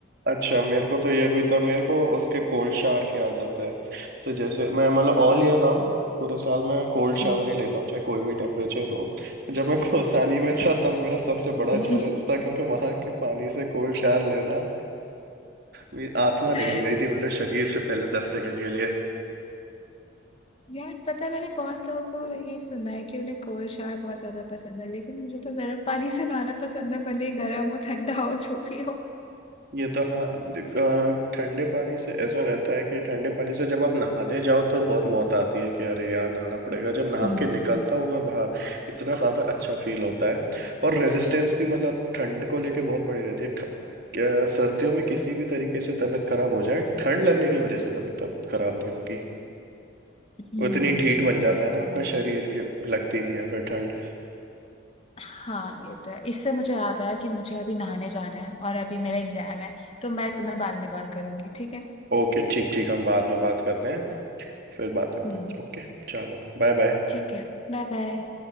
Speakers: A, on the right; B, on the left.
A: अच्छा मेरे को तो ये भी था मेरे को उसके कोल्ड शावर की आदत है तो जैसे मैं मतलब ऑल ईयर राउंड पूरे साल मैं कोल्ड शावर
B: हम्म
A: ही लेता हूँ चाहे कोई भी टेम्परेचर हो जब मैं कोसानी में था तब मेरा सबसे बड़ा
B: हम्म।
A: चैलेंज था क्योंकि वहां के पानी से कोल्ड शावर लेना मेरी आत्मा
B: <laughs>
A: निकल गई थी मेरे शरीर से पहले दस सेकंड के लिए
B: यार पता है मैंने बहुत लोगों को ये सुना है कि उन्हें कोल्ड शावर बहुत ज्यादा पसंद है लेकिन मुझे तो गर्म पानी से नहाना पसंद है भले ही गर्म हो ठंडा हो जो भी हो
A: ये तो हाँ देख, अ, ठंडे पानी से ऐसा रहता है कि ठंडे पानी से जब आप नहाने जाओ तो बहुत मौत आती है कि अरे यार नहाना पड़ेगा जब नहा
B: हम्म हम्म
A: के निकलता
B: हम्म,
A: हूँ मैं बाहर इतना ज़्यादा अच्छा फील होता है और रेजिस्टेंस भी मतलब ठंड को लेके बहुत बड़ी रहती है ठ- क्या- सर्दियों में किसी भी तरीके से तबीयत खराब हो जाए ठंड लगने की वजह से कभी तबीयत खराब नहीं होगी
B: हम्म,
A: वो इतनी ढीठ बन जाता
B: ये
A: है ना
B: तो
A: आपका
B: है
A: शरीर के लगती नहीं है फिर ठंड
B: हाँ ये तो है इससे मुझे याद आया कि मुझे अभी नहाने जाना है और अभी मेरा एग्जाम है तो मैं तुम्हें बाद में कॉल करूंगी ठीक है
A: ओके ठीक ठीक हम बाद में बात करते हैं फिर बात करते
B: हम्म
A: हैं ओके चलो बाय बाय
B: ठीक है बाय बाय